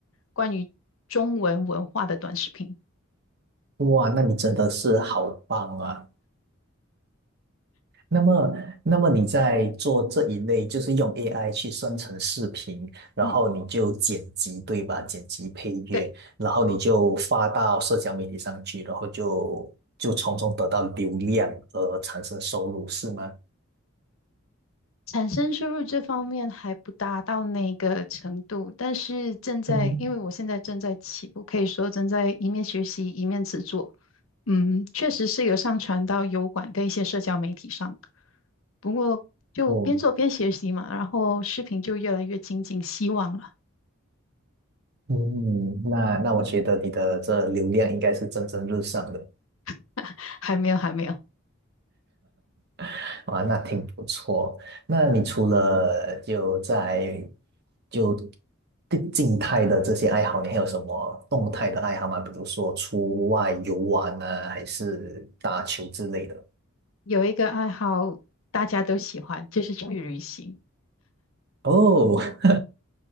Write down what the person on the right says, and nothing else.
哇，那你真的是好棒啊！那么，那么你在做这一类，就是用 AI 去生成视频，然后你就剪辑，
对吧？剪辑配乐，
然后你就发到社交媒体上去，然后就就从中得到流量而产生收入，是吗？
嗯哼，
嗯
嗯，那那我觉得你的这流量应该是蒸蒸日上的。
<laughs> 哇，那挺不错。那你除了就在就静静态的这些爱好，你还有什么动态的爱好吗？比如说出外游玩啊，还是打球之类的？
哦，<laughs>